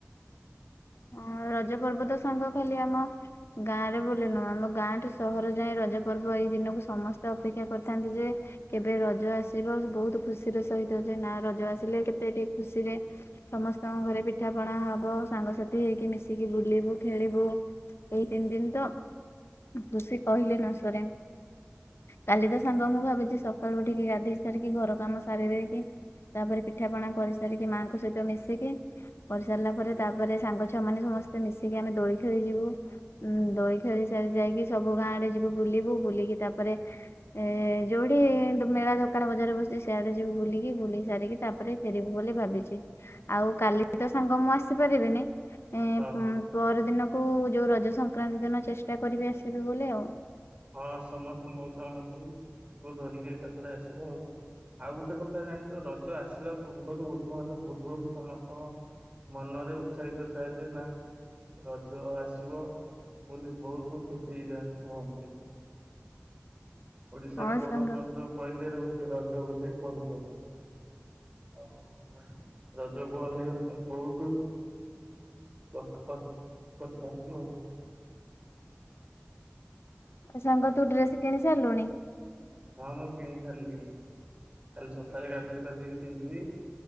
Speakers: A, on the left; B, on the right.
A: ହ ରଜ ପର୍ବ ତ ସାଙ୍ଗ ଖାଲି ଆମ ଗାଁରେ ବୋଲି ନୁହ, ଆମ ଗାଁଠୁ ସହର ଯାଏ ରଜ ପର୍ବ ଏଇ ଦିନକୁ ସମସ୍ତେ ଅପେକ୍ଷା କରିଥାନ୍ତି ଯେ, କେବେ ରଜ ଆସିବ ବହୁତ ଖୁସିର ସହିତ ଯେ ନା ରଜ ଆସିଲେ କେତେ ଟିକେ ଖୁସିରେ ସମସ୍ତଙ୍କ ଘରେ ପିଠା ପଣା ହବ ସାଙ୍ଗସାଥୀ ଏ ହେଇକି ମିଶିକି ବୁଲିବୁ ଖେଳିବୁ ଏଇ ତିନି ଦିନ ତ ଖୁସି କହିଲେ ନ ସରେ କାଲି ତ ସାଙ୍ଗ ମୁଁ ଭାବିଛି ସକାଳୁ ଉଠିକି, ଗାଧେଇ ସାରିକି ଘର କାମ ସାରି ଦେଇ କି ତାପରେ ପିଠାପଣା କରିସାରିକି ମାଙ୍କ ସହିତ ମିଶିକି କରିସାରିଲା ପରେ ତାପରେ ସାଙ୍ଗ ଛୁଆ ମାନେ ସମସ୍ତେ ମିଶିକି ଆମେ ଦୋଳି ଖେଳି ଯିବୁ। ଉୁଁ, ଦୋଲି ଖେଳି ସାରି ଯାଇକି ସବୁ ଗାଁ ଆଡେ ଯିବୁ ବୁଲିବୁ ବୁଲିକି ତାପରେ ଏ ଯୋଉଠି ମେଳା ଦୋକାନ ବଜାର ବସିଛି ସେଆଡେ ଯିବୁ ବୁଲିକି ବୁଲିକି ସାରିକି ତାପରେ ଫେରିବୁ ବୋଲି ଭାବିଛି, ଆଉ କାଲି
B: ଆଉ
A: ତ ସାଙ୍ଗ ମୁଁ ଆସିପାରିବିନି। ଏ
B: ହଁ।
A: ପର ଦିନକୁ ଯଉ ରଜ ସଂକ୍ରାନ୍ତି ଦିନ ଚେଷ୍ଟା କରିବି ଆସିବି ବୋଲି ଆଉ
B: ହଁ ସମସ୍ତେ ମଉସା ମାଉସୀଙ୍କୁ ଧରିକି ଏକାଥରେ ଆସିବ ଆଉ ଆଉ ଗୋଟେ କଥା ଜାଣିଛ ରଜ ଆସିବା ପୂର୍ବରୁ ଗୋଟେ ମାସ ପୂର୍ବରୁ ସମସ୍ତଙ୍କ ମନରେ ଉତ୍ସାହିତ ଥାଏ ଯେ, ନା ରଜ ଆସିବ ବୋଲି ବହୁତ ଖୁସି ହେଇଯାଆନ୍ତି ସମସ୍ତେ ଓଡିଶାର
A: ହଁ
B: ବଡ
A: ସାଙ୍ଗ।
B: ପର୍ବ କହିଲେ, ର ରଜ ଗୋଟିଏ ପର୍ବ। ଆଉ ରଜକୁ ଅନେଇବା ପାଇଁ ବହୁତ ସ୍ ଥାକସ <inaudible>
A: ସାଙ୍ଗ ତୁ ଡ୍ରେସ କିଣି ସାରିଲୁଣି।
B: ହଁ ମୁଁ କିଣି ସାରିଲିଣି। କାଲି ସକାଳେ ଗାଧୋଇ ପାଧେଇ ପିନ୍ଧିବି।